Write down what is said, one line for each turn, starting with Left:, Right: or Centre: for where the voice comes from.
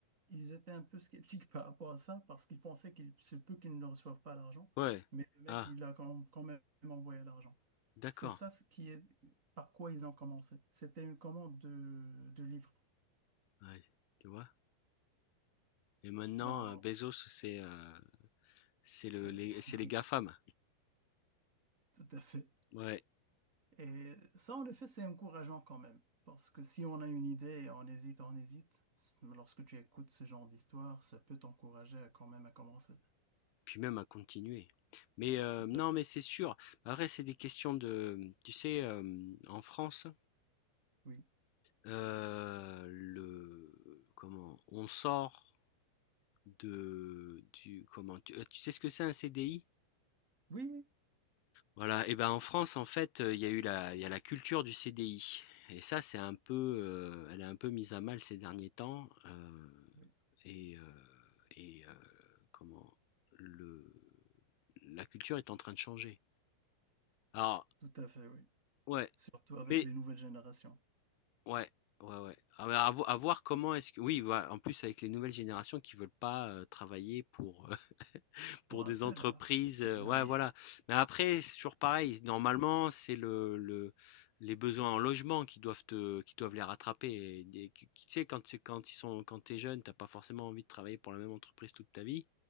Right: ils étaient un peu sceptiques par rapport à ça parce qu'ils pensaient qu'il se peut qu'ils ne reçoivent pas l'argent,
Left: ouais.
Right: mais le mec,
Left: Ah
Right: il a quand quand même envoyé l'argent.
Left: d'accord,
Right: C'est ça ce qui est par quoi ils ont commencé. C'était une commande de, de livres.
Left: ouais, tu vois? Et maintenant,
Right: Ben,
Left: heu, Bezos c'est, heu, c'est
Right: c'est-
Left: le les
Right: <laughs>
Left: c'est les
Right: oui,
Left: GAFAM.
Right: tout à fait.
Left: Ouais,
Right: Et ça, en effet, c'est encourageant quand même. Parce que si on a une idée et on hésite, on hésite, lorsque tu écoutes ce genre d'histoire, ça peut t'encourager à quand même à commencer.
Left: puis même à continuer. Mais, heu,
Right: Tout
Left: non
Right: à fait.
Left: mais c'est sûr. Après c'est des questions de, tu sais, hem, en France
Right: Oui.
Left: Heu, le comment? On sort de du comment? Tu, heu, tu sais ce que c'est un CDI?
Right: Oui, oui.
Left: Voilà et ben, en France, en fait, heu, il y a eu la il y a la culture du CDI et ça, c'est un peu, heu, elle est un peu mise à mal ces derniers temps, heu
Right: Oui.
Left: et heu et heu, comment? Le la culture est en train de changer. Alors
Right: Tout à fait, oui.
Left: ouais,
Right: Surtout avec
Left: mais
Right: les nouvelles générations.
Left: Ouais, ouais, ouais. Ah bah, à, vo- à voir comment est-ce que... Oui, voilà, en plus avec les nouvelles générations qui veulent pas euh, travailler pour, euh, <laughs>
Right: Pour
Left: pour
Right: un
Left: des
Right: salaire.
Left: entreprises.
Right: Ben
Left: euh, ouais,
Right: oui,
Left: voilà. Mais après, c'est toujours pareil. Normalement, c'est le, le- les besoins en logement qui doivent te, qui doivent les rattraper. Et des- qui- qui- tu sais, quand, c'est- quand ils sont, quand t'es jeune, t'as pas forcément envie de travailler pour la même entreprise toute ta vie.